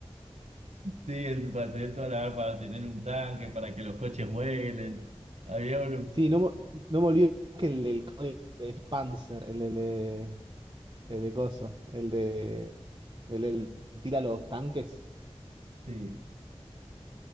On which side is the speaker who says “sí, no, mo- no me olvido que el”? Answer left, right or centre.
Right